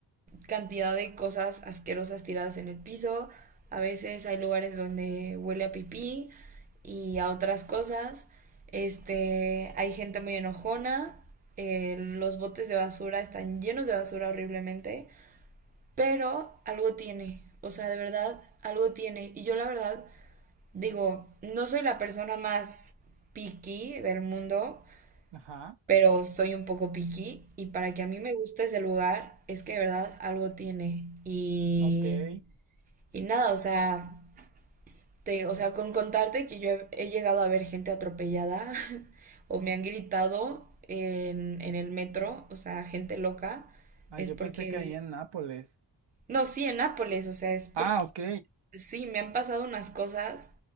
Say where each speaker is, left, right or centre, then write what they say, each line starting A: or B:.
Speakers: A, on the right; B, on the right.
A: cantidad de cosas asquerosas tiradas en el piso, a veces hay lugares donde huele a pipí y a otras cosas, este, hay gente muy enojona, eh, los botes de basura están llenos de basura horriblemente, pero algo tiene, o sea, de verdad, algo tiene. Y yo la verdad Digo, no soy la persona más picky del mundo,
B: Ajá,
A: pero soy un poco picky y para que a mí me guste ese lugar es que de verdad algo tiene. Y,
B: ok.
A: y nada, o sea, te, o sea, con contarte que yo he, he llegado a ver gente atropellada <laughs> o me han gritado en, en el metro, o sea, gente loca,
B: Ah,
A: es
B: yo
A: porque...
B: pensé que ahí en Nápoles.
A: No, sí, en Nápoles, o sea, es porque
B: Ah, ok.
A: Sí, me han pasado unas cosas